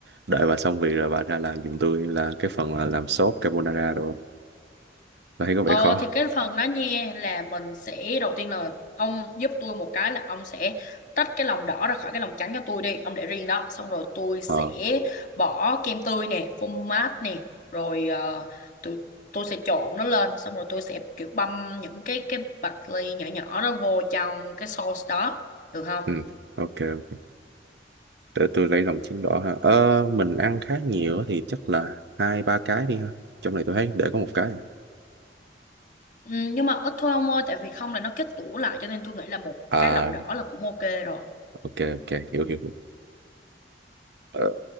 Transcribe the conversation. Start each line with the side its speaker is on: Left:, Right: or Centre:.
Right: đợi bà xong việc rồi bà ra làm giùm tôi là cái phần là làm sốt carbonara rồi. Tôi thấy có vẻ
Left: Ờ,
Right: khó.
Left: thì cái phần đó nha là mình sẽ đầu tiên là ông giúp tôi một cái là ông sẽ tách cái lòng đỏ ra khỏi cái lòng trắng cho tôi đi, ông để riêng đó. Xong rồi tôi sẽ
Right: Ờ,
Left: bỏ kem tươi nè, phô mát nè, rồi ờ, tôi tôi sẽ trộn nó lên, xong rồi tôi sẽ kiểu băm những cái cái bạch ly nhỏ nhỏ đó vô trong cái sauce đó, được không?
Right: ừ. Ok, ok. Để tôi lấy lòng trứng đỏ ha. Ờ, mình ăn khá nhiều á thì chắc là hai ba cái đi ha. Trong này tôi thấy để có một cái.
Left: Ừ, nhưng mà ít thôi ông ơi, tại vì không là nó kết tủa lại cho nên tôi nghĩ là một
Right: À,
Left: cái lòng đỏ là cũng ok rồi.
Right: ok, ok, hiểu, hiểu. hiểu. Ờ,